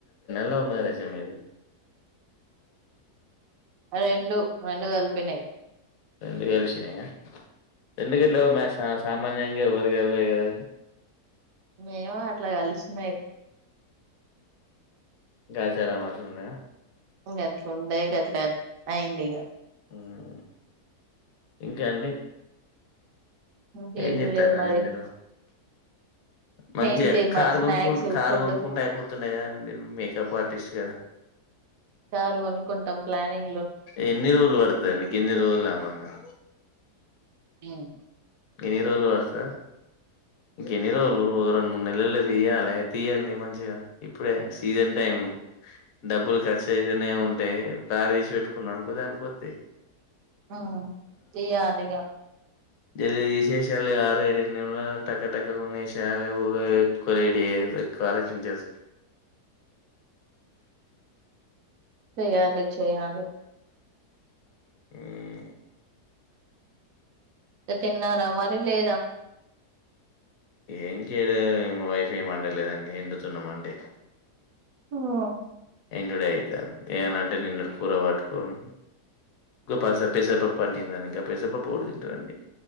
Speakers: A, on the left (about 65°); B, on the right (about 65°).
A: లవ్ మ్యారేజా మీది
B: రెండు రెండు కలిపినాయ్
A: రెండు కలిసినయ రెండు గిట్లకాలిసినయ్ సామాన్యంగా ఎవరికి ఇవరుకదా అండి
B: ఏమో అట్లా కలిసినయ్
A: గాచారం మట్లున్నదా
B: గట్ల ఉంటాయి గట్లా అయింది ఇగ
A: ఉమ్ ఇంకా అండి
B: ఇంకేం
A: ఏం జెస్తున్నారు
B: లేదు
A: అండి
B: మరి
A: మీరు మంచిగ
B: ఏంటి
A: కారు
B: మరి స్నాక్స్
A: గిన్కు కారు
B: ఫుడ్
A: గిన్కుంటే ఐపోతుండే గదా మీర్ మేకప్ ఆర్టిస్ట్ గా
B: కారు కొనుకుంటాం ప్లానింగ్
A: ఎన్ని రోళ్లు వడ్తదండి అండి గిన్ని రోజ్లమ్మంగా
B: <unintelligible>
A: ఎన్ని రోజులు వాడతాది ఎన్ని రోజులు రెండు మూడు నెలలోనే తీయ్యాలే తీయండి మంచి ఆ ఇప్పుడే సీజన్ టైంను డబ్బులు ఖర్చైతనే ఉంటయ్ కార్ దీసి వెట్టుకున్నన్కో దానికొత్తయ్
B: ఆ తీయ్యాలి ఇగా
A: జల్ది దిశేశాయాలి <unintelligible> ఎక్కువ ఆలోచించొద్దు
B: యంటే చెయ్యాలే
A: ఉమ్
B: తిన్నారా మరి లేదా
A: ఏ ఇంకేడ మా వైఫ్ ఏమండ లేదండి ఎండుతున్నామండి
B: ఉఓహ్
A: ఇండుడైతాంది అవన్నంటే నిన్నడి కూర వట్టుకొని <unintelligible> ఇంగగా పెసర్పప్పేవ్వడుదింటడండి